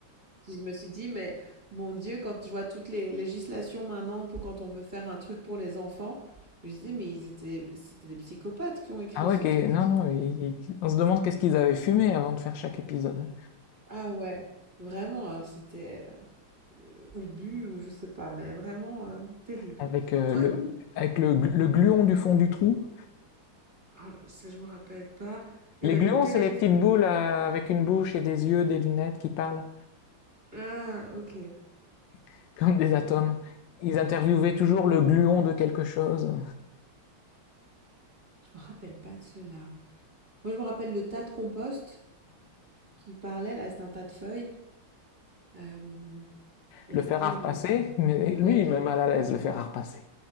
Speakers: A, on the right; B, on the left.
A: Puis je me suis dit: «Mais mon Dieu», quand je vois toutes les législations maintenant pour quand on veut faire un truc pour les enfants, je me suis dit: «Mais ils étaient c'était des psychopathes qui ont écrit
B: Ah ouais,
A: ce
B: ok.
A: truc».
B: non, non, il- il- on se demande qu'est-ce qu'ils avaient fumé avant de faire chaque épisode. hein.
A: Ah ouais, vraiment, alors c'était heu, ou bu ou je sais pas, mais vraiment, heu, terrible.
B: Avec, euh,
A: Toi
B: le, avec le, glu- le gluon du fond du trou.
A: ah, ça, je me rappelle pas. Il
B: Les
A: y avait
B: gluons,
A: le téléphone
B: c'est les petites boules euh, avec une bouche et des yeux, des lunettes qui parlent,
A: ah OK.
B: <laughs> comme des atomes. Ils interviewaient toujours le gluon de quelque chose.
A: Je me rappelle pas de cela Moi, je me rappelle le tas de compost qui parlait là, c'était un tas de feuilles, hem et
B: Le fer
A: puis
B: à repasser,
A: le
B: mais lui,
A: ouais, le fer
B: il met mal
A: à
B: à l'aise, le fer à repasser.